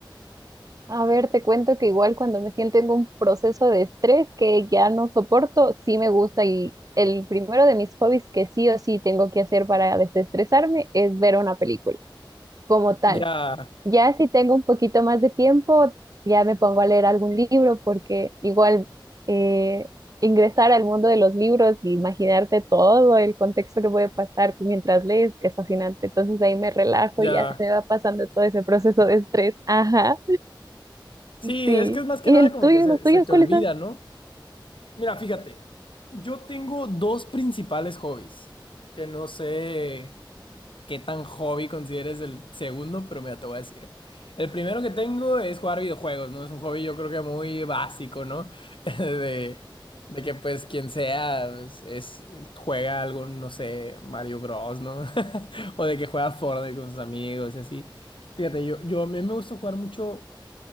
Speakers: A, on the right; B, on the left.
A: A ver, te cuento que igual cuando me siento en un proceso de estrés que ya no soporto, sí me gusta y el primero de mis hobbies que sí o sí tengo que hacer para desestresarme es ver una película como tal.
B: Ya,
A: Ya si tengo un poquito más de tiempo, ya me pongo a leer algún libro porque igual eh, ingresar al mundo de los libros e imaginarte todo el contexto que puede pasar mientras lees es fascinante. Entonces ahí me relajo
B: ya.
A: y ya se me va pasando todo ese proceso de estrés. Ajá.
B: Sí,
A: Sí.
B: es que es más que
A: ¿Y
B: nada
A: el
B: como
A: tuyo?
B: que se,
A: y ¿Los tuyos
B: se te
A: cuáles
B: olvida,
A: son?
B: ¿no? Mira, fíjate, yo tengo dos principales hobbies que no sé. qué tan hobby consideres el segundo, pero mira, te voy a decir. El primero que tengo es jugar videojuegos, ¿no? Es un hobby yo creo que muy básico, ¿no? <laughs> De, de que pues quien sea pues, es, juega algún, no sé, Mario Bros, ¿no? <laughs> O de que juega Fortnite con sus amigos y así. Fíjate, yo, yo a mí me gusta jugar mucho